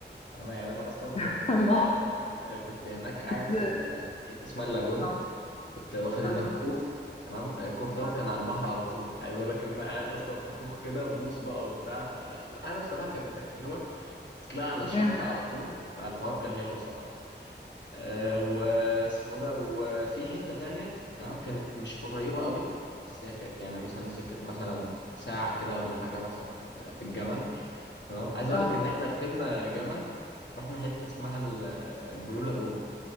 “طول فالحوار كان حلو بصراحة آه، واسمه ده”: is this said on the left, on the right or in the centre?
Left